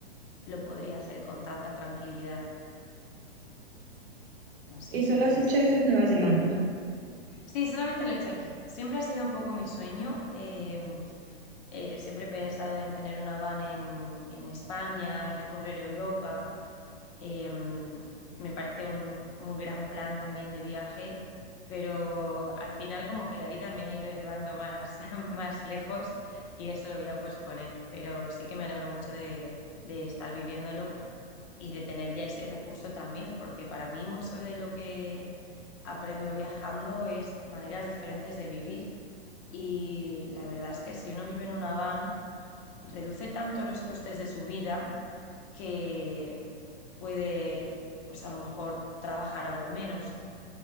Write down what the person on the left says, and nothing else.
lo podría hacer con tanta tranquilidad. No sé,
siempre
es...
Sí, solamente lo he hecho aquí. Siempre ha sido un poco mi sueño. eh, Eh, siempre he pensado en tener una van en, en España, recorrer Europa, em, que me parece un, un gran plan también de viaje, pero al final como que la vida me ha ido llevando más, <laughs> más lejos y eso lo voy a posponer, pero sí que me alegro mucho de, de estar viviéndolo y de tener ya ese recurso también, porque para mí mucho de lo que aprendo viajando es maneras diferentes de vivir. Y la verdad es que si uno vive en una van, reduce tanto los costes de su vida que puede, pues a lo mejor, trabajar algo menos